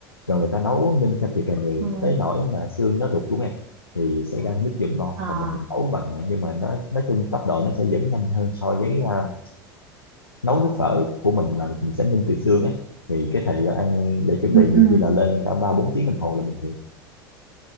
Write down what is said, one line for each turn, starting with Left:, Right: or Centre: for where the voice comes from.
Left: rồi người ta nấu ninh cho thiệt là nhiều
Right: ừ.
Left: tới nỗi mà xương nó rụt xuống em thì sẽ ra cái nước dùng ngon
Right: À,
Left: còn mình nấu bằng à, nhưng mà nó nói chung tốc độ nó sẽ vẫn nhanh hơn so với à, nấu nước phở của mình là mình sẽ ninh từ xương á thì cái thời gian ăn để chuẩn
Right: ừ,
Left: bị nhiều
Right: ừ,
Left: khi là lên cả ba bốn tiếng đồng hồ là bình thường